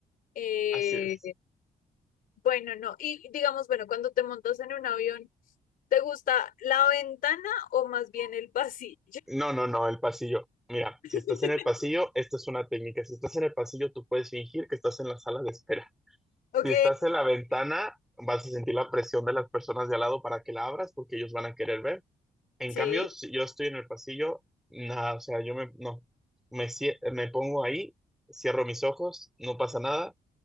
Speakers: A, on the left (about 75°); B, in the centre.
A: Eh,
B: Así es.
A: Bueno, no. Y digamos, bueno, cuando te montas en un avión, ¿te gusta la ventana o más bien el pasillo?
B: No, no, no, el pasillo. Mira, si
A: <laughs>
B: estás en el pasillo, esta es una técnica. Si estás en el pasillo, tú puedes fingir que estás en la sala de espera.
A: ¿Ok?
B: Si estás en la ventana, vas a sentir la presión de las personas de al lado para que la abras porque ellos van a querer ver. En
A: Sí.
B: cambio, si yo estoy en el pasillo, nada, o sea, yo me, no, me, cie- me pongo ahí, cierro mis ojos, no pasa nada,